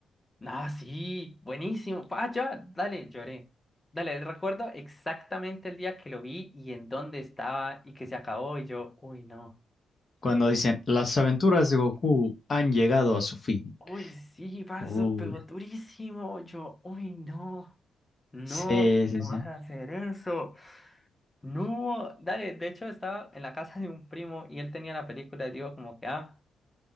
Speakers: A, on the left; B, on the left.
A: Ah, sí, buenísimo. Ah, ya, dale, lloré. Dale, recuerdo exactamente el día que lo vi y en dónde estaba y que se acabó y yo, uy, no.
B: Cuando dicen, las aventuras de Goku han llegado a su fin.
A: Uy, sí, parce,
B: Uy.
A: eso pegó durísimo. Yo, uy, no. No,
B: Sí,
A: ¿cómo
B: sí, sí.
A: vas a hacer eso? No, dale, de hecho estaba en la casa de un primo y él tenía la película y digo como que, ah,